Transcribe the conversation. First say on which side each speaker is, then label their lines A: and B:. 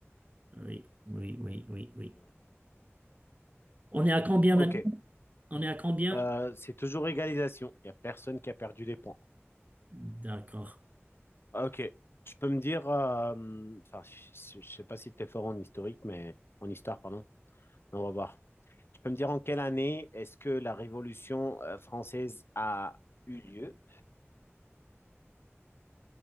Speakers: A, on the right (about 35°); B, on the left (about 55°).
A: Oui, oui, oui, oui, oui.
B: Ouais.
A: On est à combien
B: Ok.
A: maintenant? On est à combien?
B: Euh, c'est toujours égalisation. Il n'y a personne qui a perdu des points.
A: D'accord.
B: Ah, Ok, tu peux me dire, euh, enfin, je ne sais pas si tu es fort en historique, mais en histoire, pardon. On va voir. Tu peux me dire en quelle année est-ce que la Révolution euh, française a eu lieu?